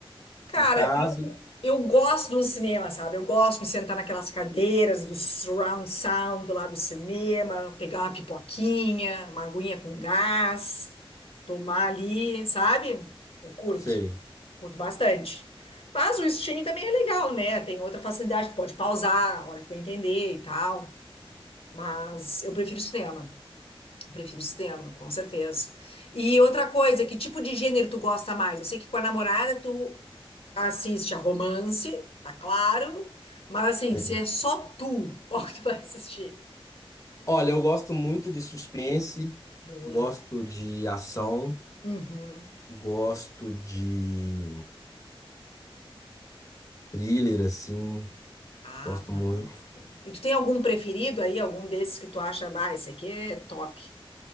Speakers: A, on the left; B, on the left.
A: Cara,
B: em casa?
A: eu eu gosto de um cinema, sabe? Eu gosto de me sentar naquelas cadeiras do surround sound lá do cinema, pegar uma pipoquinha, uma aguinha com gás, tomar ali, sabe? Eu curto,
B: Sei.
A: curto bastante. Mas o streaming também é legal, né? Tem outra facilidade, tu pode pausar a hora que tu entender e tal. Mas eu prefiro cinema. Prefiro sistema, com certeza. E outra coisa, que tipo de gênero tu gosta mais? Eu sei que com a namorada tu assiste a romance, tá claro, mas assim,
B: sei.
A: se é só tu, <laughs> qual que tu vai assistir?
B: Olha, eu gosto muito de suspense,
A: Boa.
B: gosto de ação,
A: Uhum.
B: gosto de thriller, assim,
A: Ah,
B: gosto
A: massa.
B: muito.
A: E tu tem algum preferido aí, algum desses que tu acha, ah, esse aqui é top?